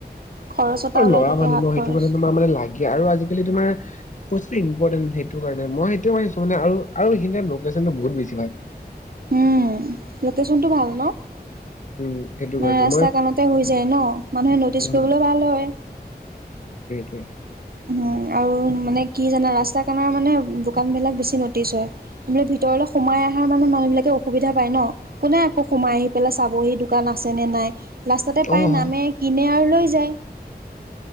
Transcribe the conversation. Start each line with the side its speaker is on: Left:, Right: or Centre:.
Right: খৰচ এটা
Left: ঐ
Right: ওলাই
Left: ল'ৰা
Right: থাকে
Left: মানুহ
Right: হাত
Left: ন,
Right: খৰচ।
Left: সেইটো কাৰণে মানে তোমাৰ মানে লাগে আৰু আজিকালি তোমাৰ পচ ইম্পৰ্টেণ্ট সেইটো কাৰণে, মই সেইটোয়ে ভাবিছোঁ মানে আৰু আৰু এইখিনতে লকেছনটো বহুত বেছি ভাল।
Right: উম, লোকেশচনটো ভাল ন?
Left: উম সেইটো কাৰণে
Right: ৰাস্তা
Left: মই
Right: কানতে হৈ যায় ন, মানুহে নটিচ
Left: উম
Right: কৰিবলৈ ভাল হয়।
Left: <inaudible>
Right: উ, আৰু মানে কি জানা ৰাস্তা কানৰ মানে দোকানবিলাক বেছি নটিছ হয়, বোলে ভিতৰলৈ সোমাই অহা মানে মানুহ বিলাকে অসুবিধা পায় ন, কোনে আকৌ সোমাই আহি পেলাই চাবহি দোকান আছে নে নাই ৰাস্তাতে পাই
Left: অ
Right: নামে, কিনে আও লৈ যায়।